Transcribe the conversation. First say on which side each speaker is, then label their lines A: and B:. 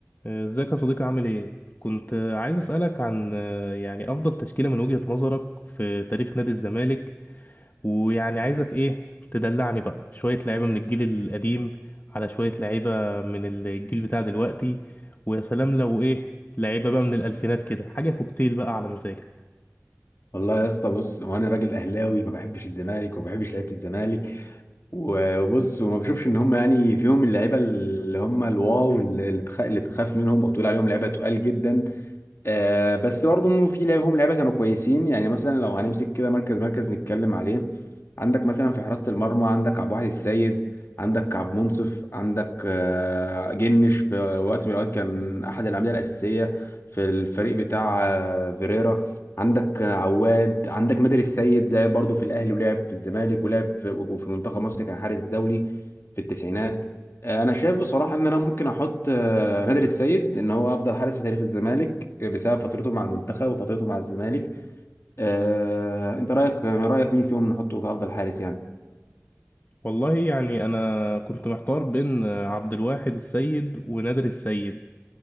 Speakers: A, on the left (about 40°); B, on the left (about 65°).
A: ازيك يا صديقي عامل ايه؟ كنت عايز اسألك عن آه، يعني افضل تشكيلة من وجهة نظرك في تاريخ نادي الزمالك ويعني عايزك ايه تدلعني بقى شوية لعيبة من الجيل القديم على شوية لعيبة من الجيل بتاع دلوقتي ويا سلام لو ايه لعيبة بقى من الالفينات كده حاجة كوكتيل بقى على مزاجك
B: والله يا اسطى بص وانا راجل اهلاوي ما بحبش الزمالك وما بحبش لعيبه الزمالك وبص وما بشوفش ان هم يعني فيهم اللعيبه اللي هم الواو اللي تخ- اللي تخاف منهم او تقول عليهم لعيبه تقال جدا آه بس برضه إنه في لهم لعيبه كانوا كويسين يعني مثلا لو هنمسك كده مركز مركز نتكلم عليه عندك مثلا في حراسه المرمى عندك عبد الواحد السيد عندك عبد منصف عندك آه جنش في وقت من الاوقات كان احد الاعمده الاساسيه في الفريق بتاع آه فيريرا عندك آه، عواد عندك نادر السيد لعب برضه في الاهلي ولعب في الزمالك ولعب في وفي منتخب مصر كان حارس دولي في التسعينات انا شايف بصراحه ان انا ممكن احط آه، نادر السيد ان هو افضل حارس في تاريخ الزمالك بسبب فترته مع المنتخب وفترته مع الزمالك آه، انت رايك رايك مين فيهم نحطه في افضل حارس يعني
A: والله يعني انا كنت محتار بين آه، عبد الواحد السيد ونادر السيد